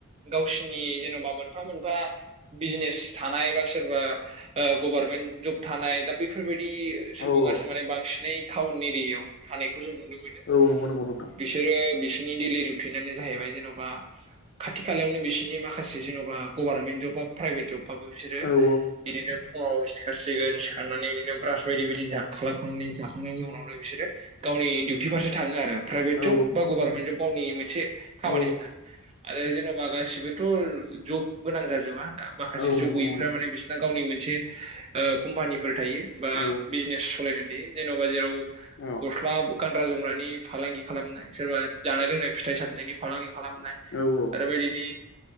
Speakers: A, on the right; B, on the left.
A: गावसोरनि जेनेबा मोनफा मोनफा बिजनेस थानाय बा सोरबा गभार्नमेन्ट जब थानाय दा बैफोरबायदि सुबुङासो
B: औ औ
A: माने बांसिनै टाउन एरियायाव थानायखौ जों नुदोंमोन।
B: औ नंगौ नंगौ नोंथां।
A: बिसोरो बिसोरनि दोइलि रुथिनानो जाहैबाय जेन'बा खाथि खालायावनो बिसोरनि माखासे जेन'बा गभार्नमेन्ट जब बा प्राइभेट जबबाबो बिसोरो
B: औ औ
A: बिदिनो फुङाव सिखारसिगोन सिखारनानै बिदिनो ब्रास बायदि बायदि खालामखांनानै जाखांनायनि उनावनो बिसोरो गावनि डिउटि फारसे थाङो आरो प्राइभेट
B: औ
A: जब बा गभार्नमेन्ट जब गावनि मोनसे खामानिसोना।
B: औ
A: आरो जेन'बा गासिबोथ' जब गोनां जाजोबा माखासे
B: औ
A: जब
B: नंगौ
A: गैयिफोरा
B: नंगौ नोंथां
A: माने बिसोर गावनि मोनसे कम्पानिफोर थायो बा
B: औ
A: बिजनेस सालायनाय थायो। जेन'बा जेराव
B: औ
A: गस्ला गानग्रा जोमग्रानि फालांगि खालामनाय सोरबा जानाय लोंनाय फिथाइ सामथाइनि फालांगि खालामनाय,
B: औ औ
A: आरो बे बायदिनो